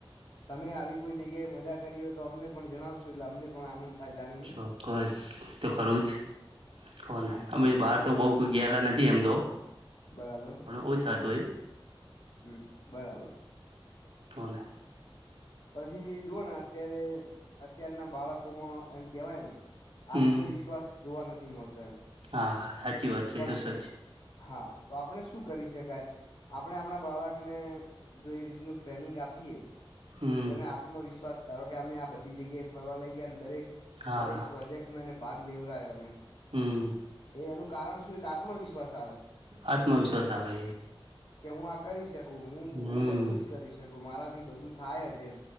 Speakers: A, on the left (about 60°); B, on the right (about 80°).
A: તમે આવી કોઈ જગ્યાએ મજા આવી મજા કરી હોય તો અમને પણ જણાવશો એટલે અમને પણ આનંદ થાય જાણીને
B: ચોક્કસ તો ખરું જ કોને
A: હમ
B: અમે બાર તો બહ કોઈ ગેલા નથી એમ તો
A: બરાબર
B: ઓછ હતુંય
A: હમ બરાબર
B: કોને
A: પછી જુઓ ને અત્યારે અત્યારના બાળકોમાં એમ કેવાય ને
B: હમ
A: આત્મવિશ્વાસ જોવા નથી મળતો
B: હા સાચી વાત છે
A: પણ
B: એ તો સજ
A: હા તો આપણે શું કરી શકાય આપણે આપણા બાળકને જો એ રીતનું ટ્રેનિંગ આપીએ
B: હમ
A: તોને આત્મવિશ્વાસ ધારો કે અમે આ બધી જગ્યાએ ફરવા લઈ ગયા અને દરેક
B: હા
A: દરેક પ્રોજેક્ટમાં એને ભાગ લેવ્યો અમે
B: હમ
A: એનું કારણ શું એક આત્મવિશ્વાસ
B: આત્મવિશ્વાસ આવે
A: કે હું આ કરી શકું હું
B: હમ
A: હું બધું જ કરી શકું મારા થી બધું થાયજ એમ